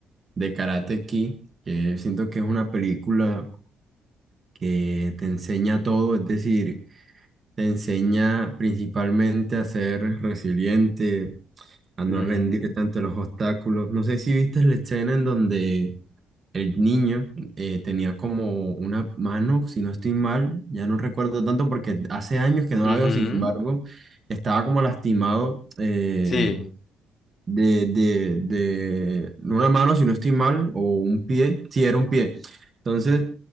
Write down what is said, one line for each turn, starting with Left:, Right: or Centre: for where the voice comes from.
Right: de Karate Kid, que siento que es una película que te enseña todo, es decir, te enseña principalmente a ser resiliente, a no
Left: Ujú,
Right: rendir ante los obstáculos. No sé si viste la escena en donde el niño eh, tenía como una mano, si no estoy mal, ya no recuerdo tanto porque hace años que no
Left: ujú.
Right: la veo, sin embargo, estaba como lastimado. eh,
Left: Sí.
Right: De, de, de no una mano, si no estoy mal, o un pie, sí, era un pie. Entonces,